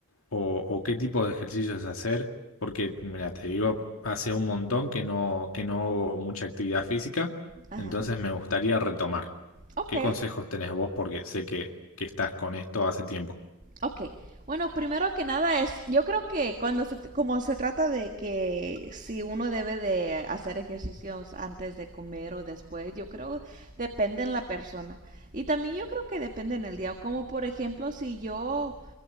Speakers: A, on the left; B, on the right.
A: o, o qué tipo de ejercicios hacer, porque, mira, te digo, hace un montón que no, que no hago mucha actividad física,
B: ajá.
A: entonces me gustaría retomar.
B: Ok,
A: ¿Qué consejos tenés vos? Porque sé que, que estás con esto hace tiempo.
B: ok. Bueno, primero que nada es, yo creo que cuando se, como se trata de que si uno debe de hacer ejercicios antes de comer o después, yo creo depende en la persona. Y también yo creo que depende en el día, como por ejemplo si yo